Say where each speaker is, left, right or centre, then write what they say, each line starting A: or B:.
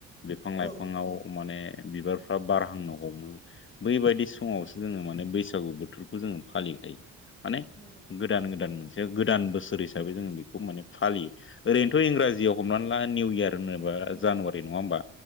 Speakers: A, on the left; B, on the left.
A: बिफां लाइफाङाव
B: औ
A: माने बिबारफ्रा बारहांनो हमो बैबायदि समावसो जोङो माने बैसागु बोथोरखौ जोङो फालिखायो। माने
B: नंगौ नोंथां
A: गोदान गोदान मोनसे गोदान बोसोर हिसाबै जोङो बिखौ माने फालि ओरैनोथ' इंराजियाव हमनानै ला निउ इयार होनोबा
B: निउ
A: जानुवारि
B: इयार
A: नङा होमबा?